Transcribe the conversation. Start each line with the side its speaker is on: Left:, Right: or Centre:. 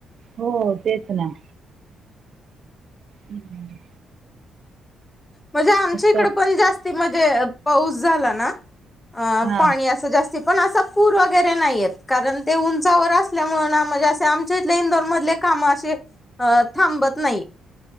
Right: हो तेच ना. हम्म हम्म.
Left: म्हणजे आमच्या इकडे
Right: तर
Left: पण जास्ती म्हणजे पाऊस झाला ना अ
Right: हां
Left: पाणी असं जास्ती पण असा पूर वगैरे नाहीे येत कारण ते उंचावर असल्यामुळे ना म्हजे असे आमच्या इथले इंदोर मधले कामं अशी अ थांबत नाही.